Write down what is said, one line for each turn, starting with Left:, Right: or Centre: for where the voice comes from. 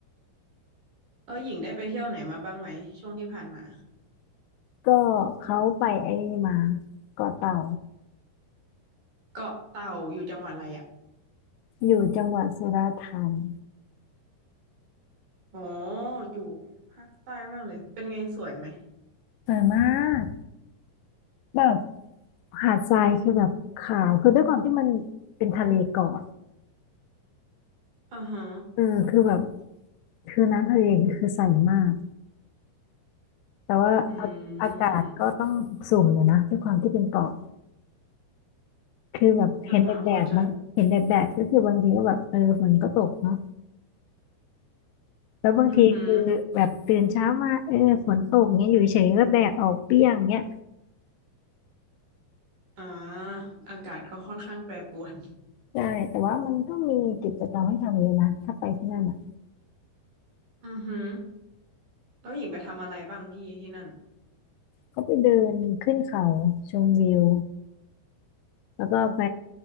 Right: แล้วหญิงได้ไปเที่ยวไหนมาบ้างไหมช่วงที่ผ่านมา
Left: ก็เขาไปไอ้นี่มาเกาะเต่า
Right: เกาะเต่าอยู่จังหวัดอะไรอะ
Left: อยู่จังหวัดสุราษฎร์ธานี
Right: อ๋ออยู่ภาคใต้มากเลยเป็นไงสวยไหม
Left: สวยมากแบบหาดทรายคือแบบขาวคือด้วยความที่มันเป็นทะเลเกาะ
Right: อ่าฮะ
Left: เออคือแบบคือน้ำทะเลคือใสมากแต่ว่าอาอากาศก็ต้องสุ่มเลยนะด้วยความที่เป็นเกาะ
Right: อืม
Left: คือแบบเห็นแดดแดดบางเห็นแดดแดดก็คือบางทีก็แบบเออฝนก็ตกเนาะ
Right: อ่าฮะเข้าใจ
Left: แล้วบางทีคือแบบตื่นเช้ามาเออฝนตกเงี้ยอยู่เฉยก็แดดออกเปรี้ยงเงี้ย
Right: อือหืออ่าอากาศก็ค่อนข้างแปรปรวน
Left: ใช่แต่ว่ามันก็มีกิจกรรมให้ทำเยอะนะถ้าไปที่นั่นอ่ะ
Right: อือหือแล้วหญิงไปทำอะไรบ้างที่ที่นั่น
Left: ก็ไปเดินขึ้นเขาชมวิวแล้วก็ไป